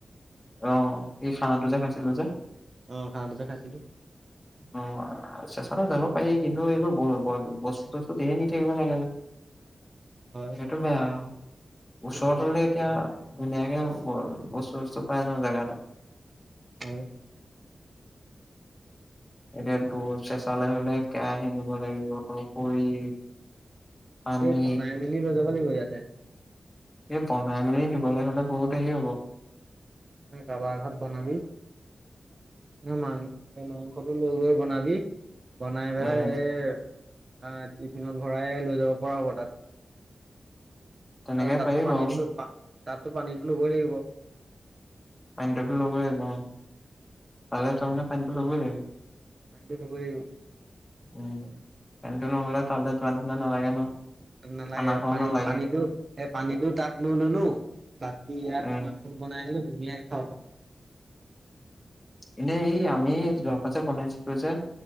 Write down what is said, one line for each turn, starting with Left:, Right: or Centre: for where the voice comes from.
Left: অ। এই খানাটো
Right: উম
Left: যে খাইছিলো যে
Right: উম খানটো যে খাইছিলো।
Left: অ আচ্ছা চবেতো যাব পায়ি। কিন্তু এইবোৰ <inaudible> বস্তুত। তেহে নি থাকিব লাগে যে।
Right: হয়,
Left: সেইটো বেয়া।
Right: সেইটো
Left: ওচৰত
Right: বাৰু
Left: হলেএতিয়া। ধুনীয়াকে ব বস্তু বস্তু পাই যাওঁ জেগাতে।
Right: হয়।
Left: একে দূৰত চেচালে হলে কেয়াহি নিব লাগিব খৰি। পানী
Right: এই বনাই মেলি লৈ যাব লাগিব ইয়াতে।
Left: এই বনাই মেলি নিবলৈ হলে বহুত হেৰি হ'ব।
Right: কাৰাবাৰ ভাত বনাবি ন মাং মা। সতো লৈ গৈ বনাবি। বনাইবেলাই
Left: উম
Right: এ অ। টিফিনত ভৰাই লৈ যাব পৰা হ'ব তাত।
Left: তেনেকে
Right: আৰু তাততো
Left: পাৰি
Right: পানীটোলো।
Left: বাৰু
Right: তাততো পানীতো লবই লাগিব।
Left: পানী টো ত লবই লাগিব। পালে তামেনে। পানীটো ল'বই লাগে।
Right: <inaudible> টো লবই। <inaudible>
Left: উম পানীটো নহ'লে তাল যোৱা নিচিনা নালাগে ন।
Right: নালাগে
Left: খানা খোৱাও
Right: পানী
Left: নালাগে
Right: পানীটো এই পানীটো তাত লৈ ললো বাকী ইয়াত
Left: উম
Right: মাংস বনাইলো। কুমীয়া খাবা।
Left: এনেই ই আমি যোৱা পা যে বনাইছিলো যে।